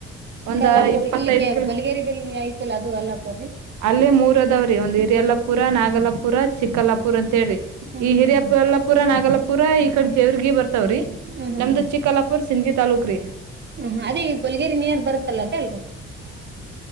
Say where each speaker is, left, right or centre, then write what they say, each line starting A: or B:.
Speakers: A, on the right; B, on the right.
A: ಚಿಕ್ಕಲ್ಲಾಪುರ್
B: ಒಂದ ಇಪ್ಪತ್ತೈದ್
A: ಇಲ್ಲಿಕ್ಕೆ
B: ಕಿಲೋ
A: ಗೋಲಗೇರಿ ಬಲ್ಲಿ ಐತೆಲ್ರಿ ಅದು ಅಲ್ಲಾಪುರ್
B: ಅಲ್ಲೇ ಮೂರ ಅದಾವ್ರೀ ಒಂದ್ ಇರಿ ಅಲ್ಲಾ ಪುರ ನಾ ನಾಗಲ್ಲಾಪುರ ಚಿಕ್ಕಲ್ಲಾಪುರ ಅಂತ ಹೇಳ್ರಿ
A: ಹ್ಮ್
B: ಈ
A: ಹ್ಮ್
B: ಹಿರಿಯಬಲ್ಲಾಪುರ
A: ಹ್ಮ್
B: ನಾಗಲ್ಲಾಪುರ ಈ ಕಡೆ ಜೇವರ್ಗಿ ಬರ್ತವ್ರಿ
A: ಹ್ಮ್ ಹ್ಮ್
B: ನಮ್ದು
A: ಹ್ಮ್ ಹ್ಮ್
B: ಚಿಕ್ಕಲ್ಲಾಪುರ್ ಸಿಂದಗಿ ತಾಲ್ಲೂಕ್ರೀ
A: ಹ್ಮ್ ಅದೇ ಈಗ ಗೋಲಗೇರಿ ನೀಯರ್ ಬರುತ್ತಲ್ಲ ಅದೇಲ್ರರಿ